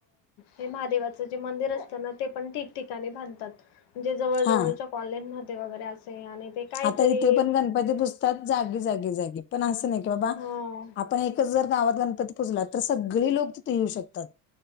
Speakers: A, on the left; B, on the left.
A: हे महादेवाचं जे मंदिर असतं ना ते पण ठीक ठिकाणी बाणतात म्हणजे, जवळवच्या
B: हा
A: कॉले म वगैरे असे आणि काहीतरी
B: आता इथे पण गणपती पुजतात जागी जागी जागी पण असं नाही की बाबा
A: हो
B: आपण एकच जर गावात गणपती पुजला तर सगळे लोक तिथे येऊ शकात तात,